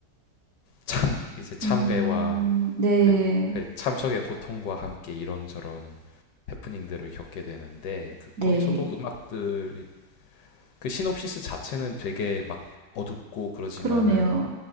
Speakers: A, on the left (about 75°); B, on the right (about 65°).
A: 참, 이제 참회와
B: 음, 네,
A: 그, 그 참척의 고통과 함께 이런저런 해프닝들을 겪게 되는데 그,
B: 네,
A: 거기서도 음악들이 그 시놉시스 자체는 되게 막 어둡고 그러지만은
B: 그러네요.